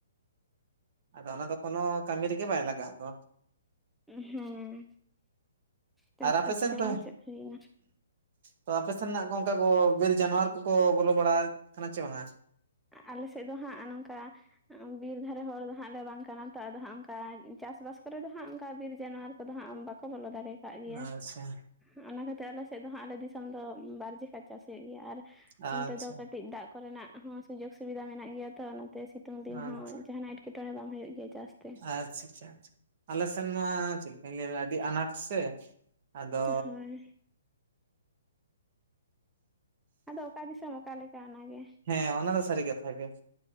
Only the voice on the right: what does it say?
ᱟᱫᱚ ᱚᱱᱟ ᱫᱚ ᱠᱳᱱᱳ, ᱠᱟᱹᱢᱤ ᱨᱮᱜᱮ ᱵᱟᱭ ᱞᱟᱜᱟᱜ ᱫᱚ᱾
ᱟᱨ ᱟᱯᱮ
ᱥᱮᱱ
ᱠᱷᱚ
ᱛᱚ ᱟᱯᱮ ᱥᱮᱱᱱᱟᱜ ᱠᱚ, ᱚᱝᱠᱟ ᱠᱚ ᱵᱤᱨ ᱡᱟᱱᱣᱟᱨ ᱠᱚᱠᱚ, ᱵᱚᱞᱚ ᱵᱟᱲᱟ ᱠᱟᱱᱟ ᱪᱮ ᱵᱟᱝᱼᱟ?
ᱟᱪᱪᱷᱟ
ᱟᱪᱪᱷᱟ
ᱟᱪᱪᱷᱟ
ᱟᱼᱪᱪᱷ ᱪᱷᱟ ᱟᱪᱷᱟ ᱾ ᱟᱞᱮ ᱥᱮᱱ ᱢᱟ, ᱪᱮᱫ ᱞᱮᱠᱟᱧ ᱞᱟᱹᱭᱟ ᱟᱹᱰᱤ ᱟᱱᱟᱴ ᱥᱮ, ᱟᱫᱚ
ᱦᱮᱸ, ᱚᱱᱟ ᱫᱚ ᱥᱟᱹᱨᱤ ᱠᱟᱛᱷᱟ ᱜᱮ,